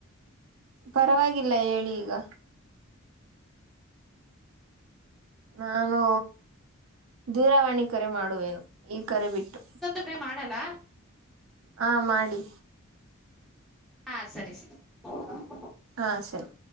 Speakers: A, on the right; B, in the centre.
A: ಪರವಾಗಿಲ್ಲ ಹೇಳಿ ಈಗ ನಾನು ದೂರವಾಣಿ ಕರೆ ಮಾಡುವೆನು ಈ ಕರೆ ಬಿಟ್ಟು
B: ಮತ್ತೆ ಮಾಡಲ್ಲ
A: ಹಾ ಮಾಡಿ
B: ಹಾ ಸರಿ ಸರಿ
A: ಹಾಂ ಸರಿ